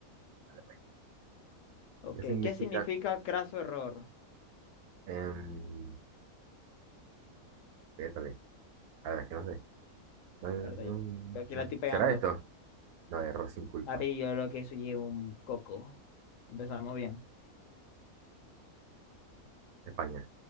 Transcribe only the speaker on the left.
Ok,
¿qué significa craso error?
Verdad,
yo, yo aquí
la estoy
pegando.
Papi, yo lo que soy es un coco. Empezamos bien.